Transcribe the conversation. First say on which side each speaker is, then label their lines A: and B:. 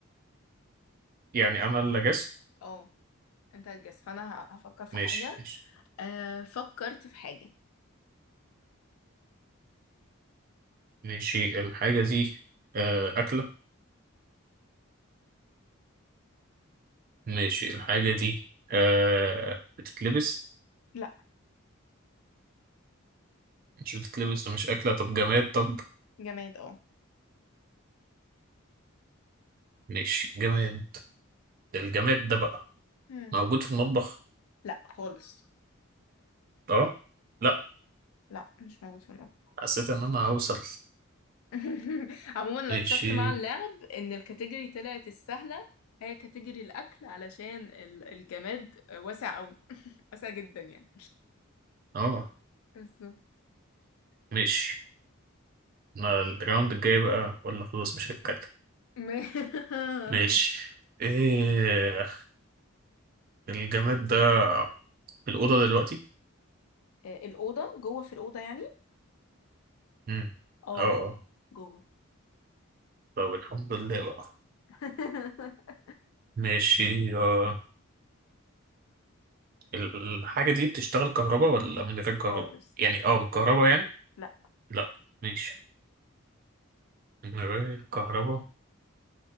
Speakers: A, on the right; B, on the left.
A: يعني انا اللي جس
B: اه انت هتجس فانا ه- هفكر في
A: ماشي
B: حاجه
A: ماشي
B: آه فكرت في حاجه
A: ماشي الحاجه دي آه، اكله ماشي الحاجه دي آه، بتتلبس
B: لا
A: مش بتتلبس ومش اكله طب جماد طب
B: جماد اه
A: ماشي جماد الجماد ده بقى
B: مم.
A: موجود في المطبخ
B: لا خالص
A: اه لا
B: لا مش موجود في المطبخ
A: حسيت ان انا هوصل
B: <laughs> عموما انا
A: ماشي
B: اكتشفت مع اللعب ان الكاتيجوري طلعت السهله هي كاتيجوري الاكل علشان ال- الجماد واسع قوي <laughs> واسع جدا يعني
A: اه
B: بالظبط
A: ماشي أنا الراوند الجاي بقى ولا خلاص مش هتكلم
B: ما-
A: ماشي
B: <laughs> ماشي
A: ايه الجماد ده في الأوضة دلوقتي
B: آه، الأوضة جوه في الأوضة يعني
A: امم
B: اه
A: اه آه.
B: جوه جوه
A: طب الحمد لله بقى
B: <laughs>
A: ماشي آه. الحاجة دي بتشتغل كهرباء ولا من غير
B: خالص
A: كهرباء يعني
B: لا
A: اه بالكهرباء يعني
B: لا
A: لا ماشي من غير كهرباء